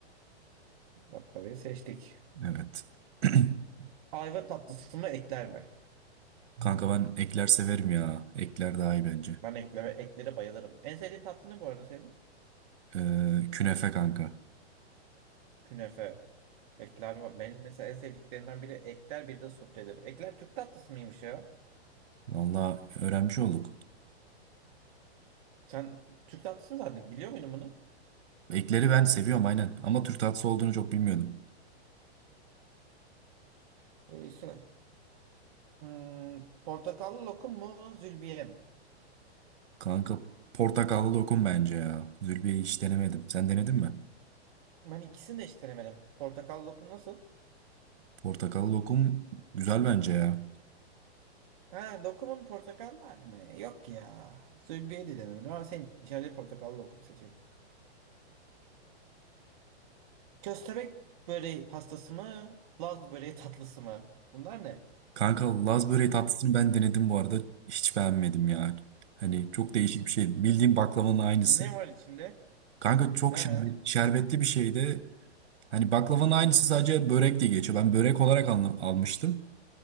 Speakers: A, on the right; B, on the right.
A: Baklavayı seçtik.
B: Evet. <clears throat>
A: Ayva tatlısı mı ekler mi?
B: Kanka ben ekler severim ya. Ekler daha iyi bence.
A: Ben ekleme, eklere bayılırım. En sevdiğin tatlı ne bu arada senin?
B: Ee, künefe kanka.
A: Künefe. Ekler var. Benim mesela en sevdiklerinden biri ekler bir de sufledir. Ekler Türk tatlısı mıymış ya?
B: Valla öğrenmiş olduk.
A: Sen Türk tatlısı mı zannediyorsun? Biliyor muydun bunu?
B: Ekleri ben seviyorum aynen. Ama Türk tatlısı olduğunu çok bilmiyordum.
A: Neyse. Hmm, portakallı lokum mu, zülbiye mi?
B: Kanka portakallı lokum bence ya. Zülbiye'yi hiç denemedim. Sen denedin mi?
A: Ben ikisini de hiç denemedim. Portakallı lokum nasıl?
B: Portakallı lokum güzel bence ya.
A: Ha, lokumun portakallı hali mi? Yok ya. Zülbiye de denemedim ama senin için hadi portakallı lokum seçelim. Köstebek böreği pastası mı? Laz böreği tatlısı mı? Bunlar ne?
B: Kanka Laz böreği tatlısını ben denedim bu arada. Hiç beğenmedim ya. Hani çok değişik bir şey. Bildiğim baklavanın aynısı.
A: Ne var içinde?
B: Kanka çok
A: Ha,
B: şerbet- şerbetli bir şeydi. Hani baklavanın aynısı sadece börek diye geçiyor. Ben börek olarak alnı- almıştım.